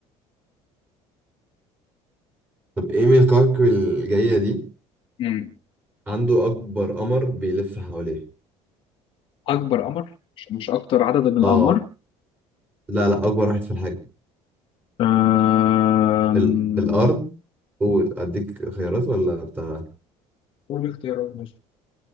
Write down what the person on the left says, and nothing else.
امم
أكبر قمر مش مش أكتر عدد من الأقمار
آم،
قول لي اختيارات ماشي